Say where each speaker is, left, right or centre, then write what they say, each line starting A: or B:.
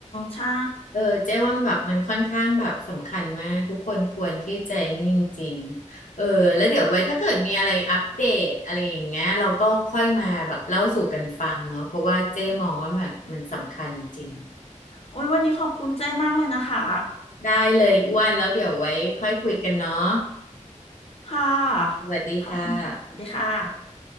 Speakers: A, on the left; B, on the left.
A: ใช่
B: เออเจ๊ว่าแบบมันค่อนข้างแบบสำคัญมากทุกคนควรที่ใจนิ่งจริงๆเออแล้วเดี๋ยวไว้ถ้าเกิดมีอะไรอัปเดตอะไรอย่างเงี้ยเราก็ค่อยมาแบบเล่าสู่กันฟังเนาะเพราะว่าเจ๊มองว่ามันมันสำคัญจริง
A: โอ้ยวันนี้ขอบคุณเจ้มากเลยนะคะ
B: ได้เลยอ้วนแล้วเดี๋ยวไว้ค่อยคุยกันเนาะ
A: ค่ะ
B: สวัสดีค่ะ
A: ขอบคุณค่ะสวัสดีค่ะ